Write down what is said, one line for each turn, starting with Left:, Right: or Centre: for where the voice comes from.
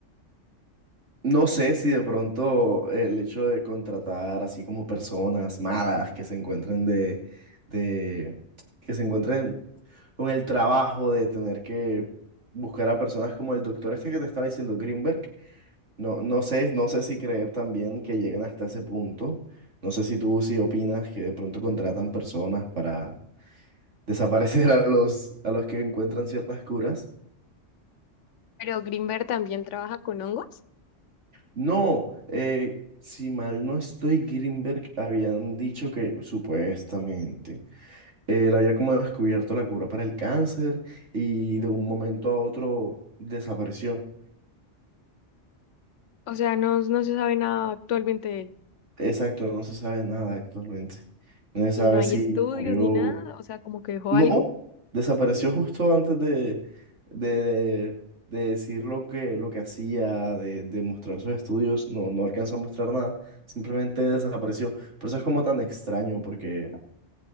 Right: no sé si de pronto el hecho de contratar así como personas malas que se encuentren de, de, que se encuentren con el trabajo de tener que buscar a personas como el doctor este que te estaba diciendo, Greenberg No, no sé, no sé si creer también que lleguen hasta ese punto. No sé si tú sí opinas que de pronto contratan personas para <laughs> desaparecer a los, a los que encuentran ciertas curas.
Left: Pero Greenberg también trabaja con hongos.
Right: No, eh, si mal no estoy, Greenberg habían dicho que supuestamente eh, él había como descubierto la cura para el cáncer y de un momento a otro desapareció.
Left: O sea, no, no se sabe nada actualmente de él.
Right: Exacto, no se sabe nada actualmente. No se sabe
Left: Y no hay
Right: si
Left: estudios
Right: murió.
Left: ni nada. O sea, como que dejó
Right: No,
Left: algo.
Right: desapareció justo antes de, de, de- de decir lo que, lo que hacía, de, de mostrar sus estudios. No, no alcanzó a mostrar nada, simplemente desapareció. Por eso es como tan extraño, porque